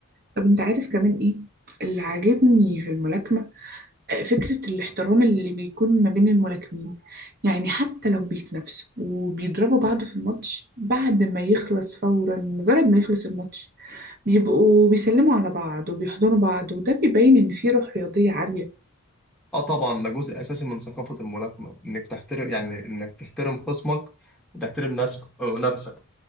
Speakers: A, on the right (about 45°); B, in the centre.
A: طب أنت عارف كمان إيه اللي عاجبني في الملاكمة فكرة الاحترام اللي بيكون ما بين الملاكمين يعني حتى لو بيتنافسوا وبيضربوا بعض في الماتش بعد ما يخلص فورا مجرد ما يخلص الماتش بيبقوا بيسلموا على بعض وبيحضنوا بعض وده بيبين إن في روح رياضية عالية
B: آه طبعا ده جزء أساسي من ثقافة الملاكمة إنك تحترم يعني إنك تحترم خصمك وتحترم نفسك نفسك